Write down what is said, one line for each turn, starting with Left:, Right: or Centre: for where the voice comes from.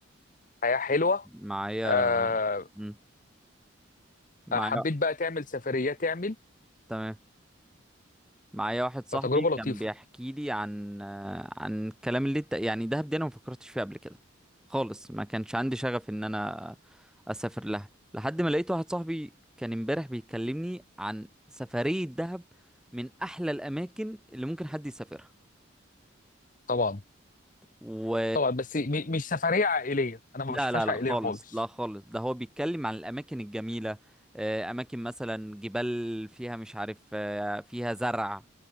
Left: حياة حلوة
Centre: معايا
Left: آه،
Centre: امم معايا
Left: آه، حبيت بقى تعمل سفريات تعمل
Centre: تمام معايا واحد صاحبي
Left: فتجربة
Centre: كان
Left: لطيفة
Centre: بيحكي لي عن آه، عن الكلام اللي انت يعني دهب دي انا ما فكرتش فيها قبل كده خالص ما كانش عندي شغف ان انا اسافر لها لحد ما لقيت واحد صاحبي كان امبارح بيكلمني عن سفرية دهب من احلى الاماكن اللي ممكن حد يسافرها
Left: طبعا
Centre: و
Left: طبعا بس م- مش سفرية عائلية أنا ما
Centre: لا
Left: بشوفهاش
Centre: لا لا
Left: عائلية
Centre: خالص
Left: خالص
Centre: لا خالص ده هو بيتكلم عن الأماكن الجميلة آه، أماكن مثلا جبال فيها مش عارف آه، فيها زرع